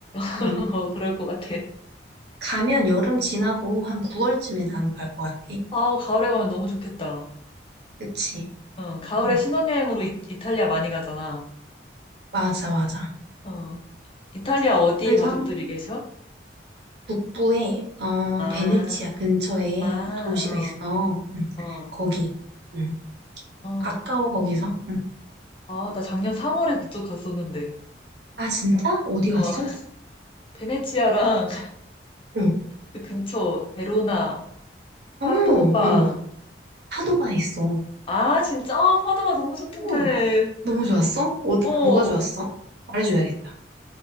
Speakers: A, on the left; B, on the right.
A: <laughs>
B: 응.
A: 어, 그럴 것 같아.
B: 가면 여름 지나고 한 9월쯤에 나는 갈 것 같아.
A: 아, 가을에 가면 너무 좋겠다.
B: 그치?
A: 어, 가을에
B: 어,
A: 신혼여행으로 이, 이탈리아 많이 가잖아.
B: 맞아, 맞아.
A: 어, 이탈리아 어디에
B: 그래서
A: 가족들이
B: 한
A: 계셔?
B: 북부에, 어,
A: 아,
B: 베네치아 근처에
A: 아,
B: 도시가 있어. 응.
A: 어,
B: 거기. 응.
A: 어, 어.
B: 가까워, 거기서. 응.
A: 아, 나 작년 3월에 그쪽 갔었는데.
B: 아, 진짜? 어디 갔어?
A: 어, <laughs> 베네치아랑
B: 응.
A: 그 근처 베로나,
B: 어,
A: 파도바.
B: 응. 파도바에 있어.
A: 아, 진짜? 아, 파도바 너무 좋던데.
B: 어, 너무 좋았어? 어,
A: 어,
B: 뭐가 좋았어? 말해줘야겠다.